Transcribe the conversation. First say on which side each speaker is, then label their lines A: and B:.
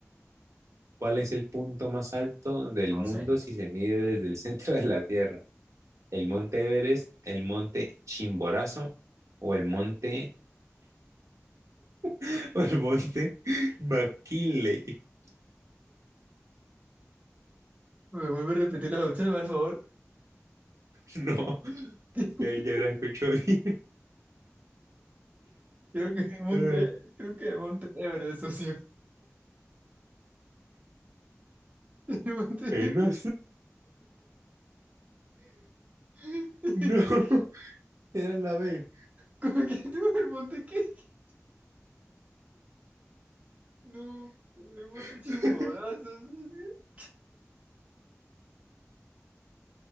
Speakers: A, on the right (about 70°); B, on the right (about 25°).
A: ¿cuál es el punto más alto del
B: No
A: mundo
B: sé.
A: si se mide desde el centro de la Tierra? ¿El monte Everest, el monte Chimborazo o el monte, <laughs> o el monte McKinley? <laughs>
B: ¿Me vuelve a repetir las opciones, por favor?
A: No,
B: <laughs>
A: ya, ya la escucho bien.
B: Creo que me monté,
A: <laughs>
B: creo que me monté Everest, socio. <laughs> El monte Everest.
A: Eh, no,
B: <laughs>
A: <laughs> no, era la B.
B: ¿Cómo que no? ¿El monte qué? <laughs> No, el monte
A: <laughs>
B: Chimborazo, socio.